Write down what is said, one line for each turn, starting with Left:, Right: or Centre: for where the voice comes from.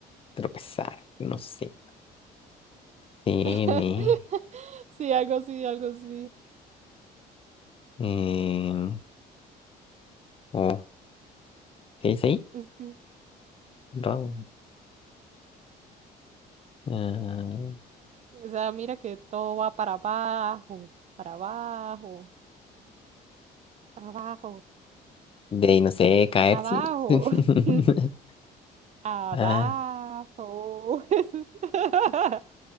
Left: tropezar, no sé. N,
Right: <laughs> Sí, algo así, algo así.
Left: em, O, ¿qué dice ahí?
Right: Es que,
Left: Ro- ah,
Right: o sea, mira que todo va para abajo, para abajo, abajo,
Left: de ahí, no sé, caer,
Right: abajo,
Left: sí. <laughs>
Right: <laughs> abajo.
Left: Ah,
Right: <laughs>